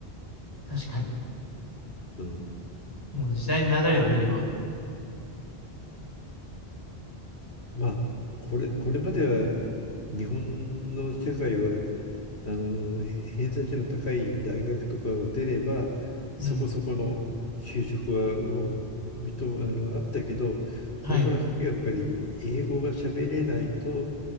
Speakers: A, on the left; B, on the left.
A: 確かに。
B: うん。
A: もう時代の流れを見れば。
B: まあ、これ、これまでは日本の世界はあの、偏差値の高い大学とかを出れば、そこそこの就職はもう認め、
A: うん。
B: あの、あったけど、
A: はい。
B: これから先はやっぱり英語が喋れないと、